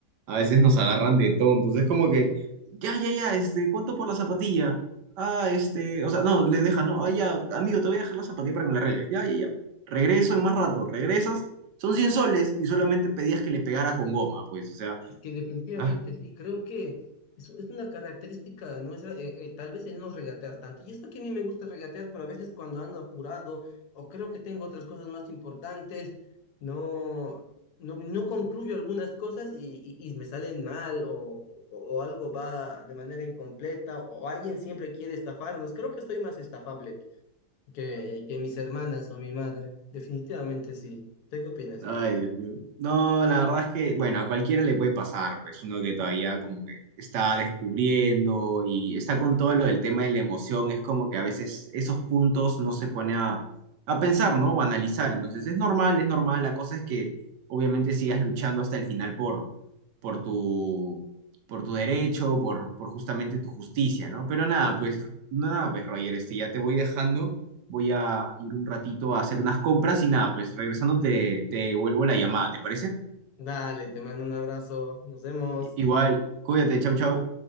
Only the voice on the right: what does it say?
a veces nos agarran de tontos. Es como que, ya, ya, ya, este, ¿cuánto por la zapatilla? Ah, este, o sea, no, le deja, no, ah, ya, amigo, te voy a dejar la zapatilla para que me la arregles. Ya, ya, ya. Regreso en más rato, regresas, son 100 soles y solamente pedías que le pegara con goma, pues, o sea,
ah,
Ay, Dios mío. No, la verdad es que, bueno, a cualquiera le puede pasar, pues uno que todavía como que está descubriendo y está con todo lo del tema de la emoción, es como que a veces esos puntos no se pone a, a pensar, ¿no? O a analizar. Entonces es normal, es normal. La cosa es que obviamente sigas luchando hasta el final por, por tu, por tu derecho, por, por justamente tu justicia, ¿no? Pero nada, pues, nada, pues Roger, este, ya te voy dejando voy a ir un ratito a hacer unas compras y nada, pues regresando te, te vuelvo la llamada, ¿te parece?
I- Igual, cuídate, chau, chau.